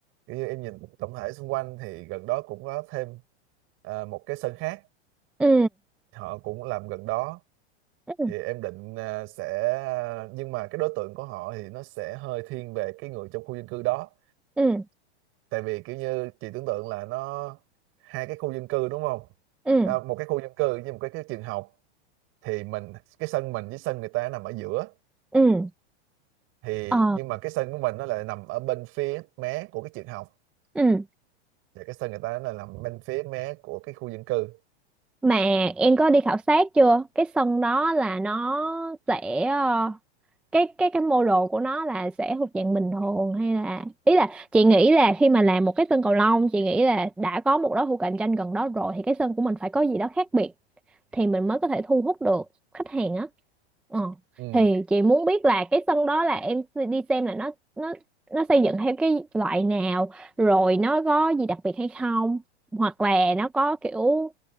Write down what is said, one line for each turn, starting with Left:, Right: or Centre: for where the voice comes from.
Right: kiểu như em nhìn tổng thể xung quanh thì gần đó cũng có thêm à, một cái sân khác
Centre: ừ
Right: họ cũng làm gần đó
Centre: ừ
Right: thì em định à, sẽ nhưng mà cái đối tượng của họ thì nó sẽ hơi thiên về cái người trong khu dân cư đó
Centre: ừ
Right: tại vì kiểu như chị tưởng tượng là nó hai cái khu dân cư đúng không
Centre: ừ
Right: à, một cái khu dân cư với một cái, cái trường học thì mình cái sân mình với sân người ta nằm ở giữa
Centre: ừ
Right: thì
Centre: ờ
Right: nhưng mà cái sân của mình nó lại nằm ở bên phía mé của cái trường học
Centre: ừ
Right: và cái sân người ta nó là nằm bên phía mé của cái khu dân cư
Centre: mà em có đi khảo sát chưa cái sân đó là nó sẽ ờ, cái cái cái mô đồ của nó là sẽ thuộc dạng bình thường hay là ý là chị nghĩ là khi mà làm một cái sân cầu lông chị nghĩ là đã có một đối thủ cạnh tranh gần đó rồi thì cái sân của mình phải có gì đó khác biệt thì mình mới có thể thu hút được khách hàng á Ờ.
Right: ừ
Centre: Thì chị muốn biết là cái sân đó là em s- đi xem là nó nó nó xây dựng theo cái loại nào rồi nó có gì đặc biệt hay không hoặc là nó có kiểu